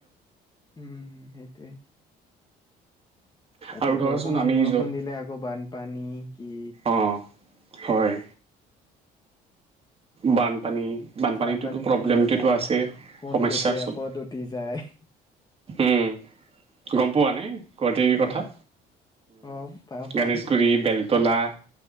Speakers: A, on the left; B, on the right.
A: উম সেইটোৱে। তাতেতো
B: আৰু ধৰাচোন
A: অকমান
B: আমি
A: বৰষুণ
B: য'ত
A: দিলে আকৌ বানপানী কি
B: অঁ হয় বানপানী। বানপানীটোতো
A: বানপানীৰ
B: প্ৰব্লেমটোতো
A: সমস্যা
B: আছেই
A: কোন
B: সমস্যা
A: কেতিয়া
B: চব
A: কত উটি যায়
B: উম গম পোৱা নাই গুৱাহাটীৰ কথা
A: অ অ পাওঁ
B: গণেশগুৰি বেল তলা।